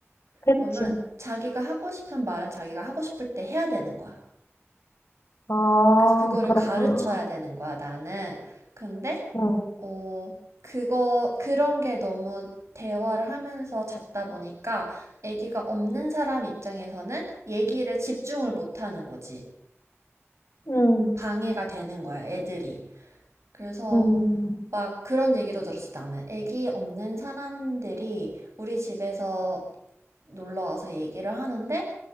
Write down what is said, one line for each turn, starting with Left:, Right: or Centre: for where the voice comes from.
Left: 그치.
Right: 그러면 자기가 하고 싶은 말은 자기가 하고 싶을 때 해야 되는 거야.
Left: 아,
Right: 그래서 그거를
Left: 그렇구나.
Right: 가르쳐야 되는 거야, 나는. 근데,
Left: 응,
Right: 어, 그거, 그런 게 너무 대화를 하면서 잤다 보니까 아기가 없는 사람 입장에서는 얘기를 집중을 못 하는 거지.
Left: 응,
Right: 방해가 되는 거야, 애들이. 그래서
Left: 응,
Right: 막 그런 얘기도 들었어, 나는. 아기 없는 사람들이 우리 집에서 놀러 와서 얘기를 하는데